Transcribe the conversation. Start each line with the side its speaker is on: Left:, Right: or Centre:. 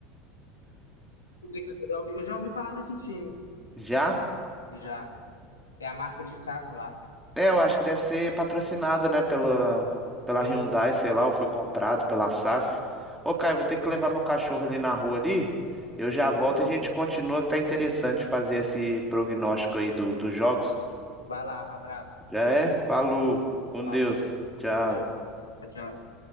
Left: Tô brincando, Eu já, ouvi, eu já ouvi falar desse time.
Centre: Já?
Left: Já. É a marca de carro lá.
Centre: É, eu acho que deve ser patrocinado, né, pela, pela
Left: Sim.
Centre: Hyundai, sei lá, ou foi comprado pela SAF. Ô, Caio, vou ter que levar meu cachorro ali na rua ali. Eu já volto
Left: Fechou?
Centre: e a gente continua, que tá interessante fazer esse prognóstico aí do, dos jogos.
Left: Vai lá, abraço.
Centre: Já é? Falou, com
Left: Falou.
Centre: Deus. Tchau.
Left: Deus. Tchau, tchau.